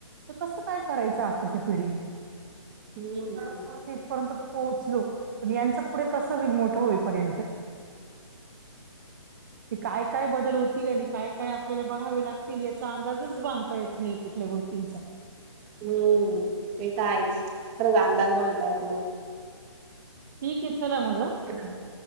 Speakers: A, on the right; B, on the right.
A: तर कसं काय करायचं आत्ताच्या पिढीने
B: हम्म <unintelligible>
A: इथं पर्यंत तर पोहोचलो पण यांच पुढे कसं होईल मोठं होईपर्यंत <inaudible> ते काय- काय बदल होतील आणि काय- काय आपल्याला बघावे लागतील याचा अंदाजच बांधता येत नाही कुठल्या गोष्टींचा
B: हम्म ते तर आहेच खरंच अंदाज बांधता येत नाही आ
A: ठीक आहे चला मग
B: <unintelligible>